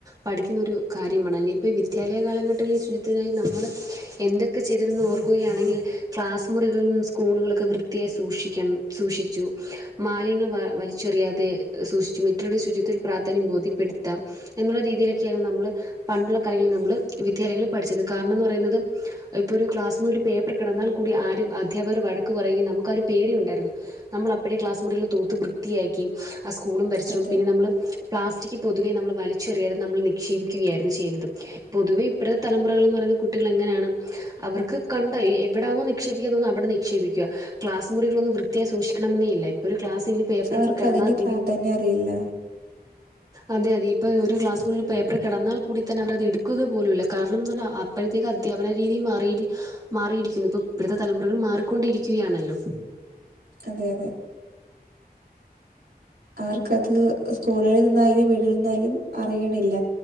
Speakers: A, on the right (about 20°); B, on the right (about 80°).
A: പഠിക്കുന്നൊരു കാര്യമാണ് അല്ലെ ഇപ്പോ ഈ വിദ്യാലയ കാലഘട്ടങ്ങള ഈ ചുചത്തിനായി നമ്മൾ എന്തൊക്കെ ചെയ്തിരുന്ന് ഓർക്കുകയാണെങ്കിൽ ക്ലാസ് മുറികളും സ്കൂളുകളൊക്കെ വൃത്തിയായി സൂക്ഷിക്കണം സൂക്ഷിച്ചു മാലിന്യ വ വലി ചെറിയാതെ സൂക്ഷിച്ചു മറ്റുള്ളരു ശുചിത്ത്തിൽ പ്രാധാന്യം ബോധ്യപ്പെടുത്താം എന്നുള്ള രീതിയിലൊക്കെയാണ് നമ്മള് പണ്ടുള്ള കാര്യങ്ങളിൽ നമ്മള് വിദ്യാലയങ്ങളിൽ പഠിച്ചത് കാരണം എന്ന് പറയുന്നത് ഇപ്പൊ ഒരു ക്ലാസ്സിൽ ഒരു പേപ്പർ കിടന്നാൽ കൂടി ആര് അധ്യാപകർ വഴക്ക് പറയുകയും നമുക്ക് ആ ഒരു പേടി ഉണ്ടായിരുന്നു. നമ്മള് അപ്പഴെ ക്ലാസ് മുറികള് തൂത്ത് വൃത്തിയാക്കി ആ സ്കൂളും പരിസരവും
B: അതെ
A: പിന്നെ നമ്മള് പ്ലാസ്റ്റിക്ക് പൊതുവെ നമ്മള് വലിച്ചെറിയാതെ നമ്മൾ നിക്ഷേപിക്കുകയായിരുന്നു ചെയ്യുന്നതും. പൊതുവെ ഇപ്പഴത്തെ തലമുറകൾ എന്ന് പറയുന്ന കുട്ടികൾ എങ്ങനെയാണ്. അവർക്ക് കണ്ട എവിടെണോ നിക്ഷേപിക്കാൻ തോന്നുന്നു, അവിടെ നിക്ഷേപിക്കുക. ക്ലാസ് മുറികളൊന്നും വൃത്തിയായി സൂക്ഷിക്കണം എന്നെയില്ല ഇപ്പൊ ഒരു ക്ലാസ് തൃ
B: അവർക്ക്
A: പ്പ കിടന്നാ
B: അതിന്റെ
A: കൂടി.
B: പ്രാധാന്യം അറിയില്ല
A: അതെ അതെ ഇപ്പൊ ഒരു ക്ലാസ് മുറിയിൽ ഒരു പേപ്പർ കിടന്നാൽ കൂടി തന്നെ അവരത് എടുക്കുക പോലും ഇല്ല കാരണം എന്താന്ന് പറഞ്ഞ അ പ്പഴത്തേക്ക് അധ്യാപന രീതി മാറിയിരി മാറിയിരിക്കുന്നു. ഇപ്പൊ ഇപ്പോഴത്തെ തലമുറകളും മാറിക്കൊണ്ടിരിക്കുകയാണല്ലോ.
B: അതെ അതെ അവർക്കത് സ്കൂളിൽ നിന്നായാലും വീട്ടികളിൽ നിന്നായാലും അറിയണില്ല.